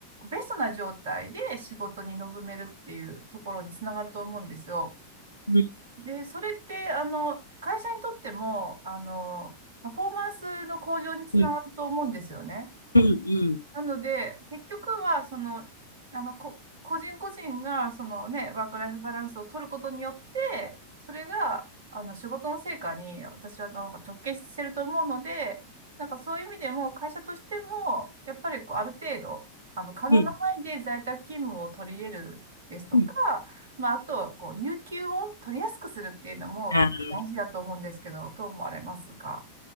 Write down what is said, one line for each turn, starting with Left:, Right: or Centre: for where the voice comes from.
Right: ベストな状態で仕事に臨めるっていうところにつながると思うんですよ。
Left: うん、
Right: で、それって、あの、会社にとっても、あの、パフォーマンスの向上につながると思うんですよね。
Left: うん、うん、うん、
Right: なので、結局は、その、あの、こ、個人個人が、そのね、ワークライフバランスを取ることによって、それが、あの、仕事の成果に、私はなんか直結してると思うので、なんかそういう意味でも、会社としても、やっぱりこう、ある程度、あの、可能な範囲で在宅勤務を取り入れるですとか、
Left: うん、うん。
Right: まあ、あとは、こう、有給を取りやすくするっていうのも結構大事だと思うんですけど、
Left: あ
Right: どう思われますか